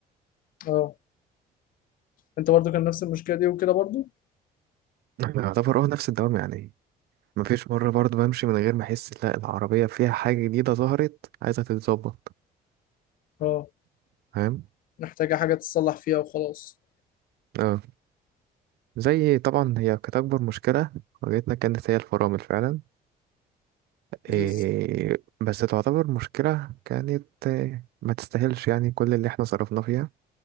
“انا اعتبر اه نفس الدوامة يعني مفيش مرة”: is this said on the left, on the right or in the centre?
Right